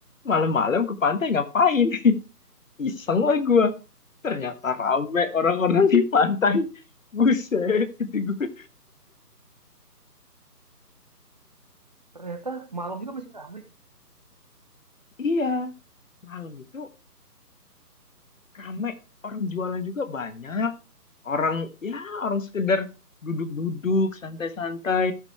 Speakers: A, on the left; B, on the right.
A: malam-malam ke pantai ngapain <laughs> iseng lah gua ternyata rame orang-orang
B: Mm-mm.
A: di pantai buset gitu gue
B: ternyata malam juga masih ramai.
A: iya malam itu rame orang jualan juga banyak orang ya orang sekedar duduk-duduk santai-santai